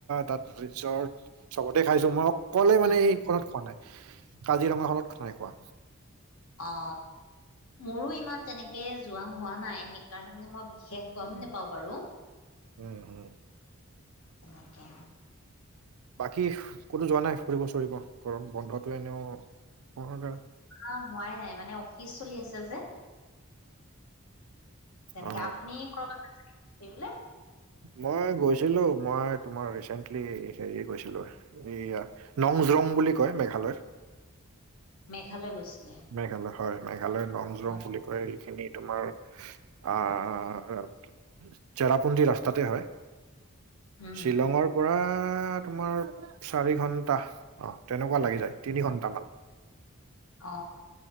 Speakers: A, on the right; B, on the left.
A: তাত ৰিজৰ্ট, চবতে খাইছো মই অকলে মানে
B: উম,
A: এইখনত খোৱা নাই, কাজিৰঙা খনত নাই খোৱা।
B: অ মোৰো ইমান তেনেকে যোৱা হোৱা নাই, সেইকাৰণে মানে মই বিশেষ গ'ম
A: উম
B: নোপাওঁ বাৰু।
A: উম হুম।
B: তেনেকে।
A: বাকী কতো যোৱা নাই ফুৰিব চুৰিব? গম বন্ধটো এনেও-
B: অ হোৱাই নাই মানে অফিচ চলি আছে যে। তেনেকে
A: অ
B: আপুনি কৰবাত ই বোলে
A: মই গৈছিলো মই তোমাৰ ৰিচেন্টলি হেৰি গৈছিলো। এইয়া নং জং বুলি কয় মেঘালয়ৰ।
B: মেঘালয় গৈছিলে?
A: মেঘালয় হয় মেঘালয় নং জলং
B: অ
A: বুলি কয়। খিনি তোমাৰ আহ- চেৰাপুঞ্জীৰ ৰাস্তাতে হয়।
B: উম
A: শ্বিলঙৰ
B: উম
A: পৰা তোমাৰ চাৰি ঘন্টা অ তেনেকুৱা লাগি যায় তিনি ঘন্টামান।
B: অ।